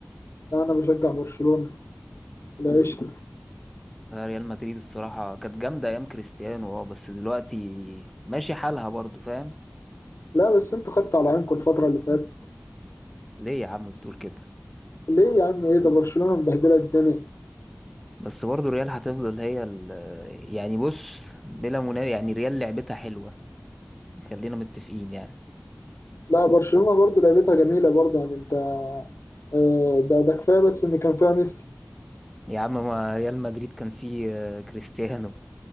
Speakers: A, on the left; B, in the centre.
A: لا انا بشجع برشلونة العيش
B: آه، ريال مدريد الصراحه كانت جامده ايام كريستيانو اه بس دلوقتي ماشي حالها برضو فاهم
A: لا بس انتوا خدتوا على عينكم الفترة اللي فاتت
B: ليه يا عم بتقول كده
A: ليه يا عم ايه ده برشلونة مبهدلة الدنيا
B: بس برضو ريال هتفضل هي ال- يعني بص بلا منازع يعني ريال لعبتها حلوه خلينا متفقين يعني
A: لا برشلونة برضو لعبتها جميلة برضو يعني انت آه، ده ده كفاية بس ان كان فيها ميسي
B: يا عم ما ريال مدريد كان فيه آه، كريستيانو